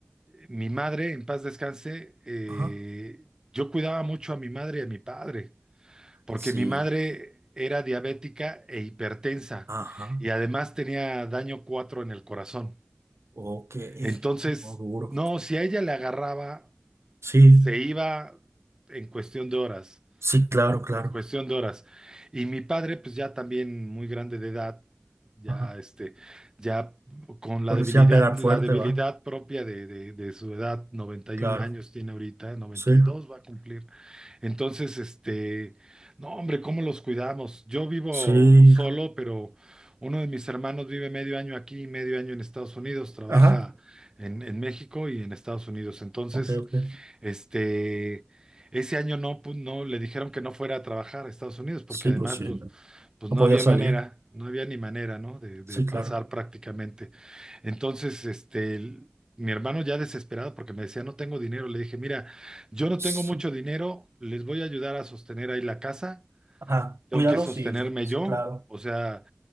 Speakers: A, on the right; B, on the right.
A: mi madre, en paz descanse, eh,
B: Ajá.
A: yo cuidaba mucho a mi madre y a mi padre, porque
B: Sí.
A: mi madre era diabética e hipertensa
B: Ajá.
A: y además tenía daño 4 en el corazón.
B: Ok.
A: Entonces,
B: No, duro.
A: no, si a ella le agarraba
B: Sí.
A: se iba en cuestión de horas,
B: Sí, claro, claro.
A: en cuestión de horas. Y mi padre, pues ya también muy grande de edad, ya
B: Ajá.
A: este, ya con la
B: Pues
A: debilidad,
B: les a pegar
A: la
B: fuerte,
A: debilidad
B: ¿va?
A: propia de, de, de su edad, 91
B: Claro.
A: años tiene ahorita, noventa
B: Sí.
A: y dos va a cumplir. Entonces, este, no, hombre, ¿cómo los cuidamos? Yo vivo
B: Sí.
A: solo, pero uno de mis hermanos vive medio año aquí y medio año en Estados Unidos, trabaja
B: Ajá.
A: en, en México y en Estados Unidos. Entonces,
B: Ok, ok.
A: este, ese año no, pu- no le dijeron que no fuera a trabajar a Estados Unidos, porque
B: Sí,
A: además,
B: pues sí.
A: pues,
B: No
A: pues no
B: podía
A: había
B: salir.
A: manera, no había ni manera, ¿no? De, de
B: Sí,
A: pasar
B: claro.
A: prácticamente. Entonces, este, el- mi hermano ya desesperado, porque me decía, no tengo dinero, le dije, mira, yo no
B: Sí.
A: tengo mucho dinero, les voy a ayudar a sostener ahí la casa,
B: Ajá.
A: tengo
B: Cuídalo,
A: que sostenerme
B: sí. Sí,
A: yo,
B: claro.
A: o sea.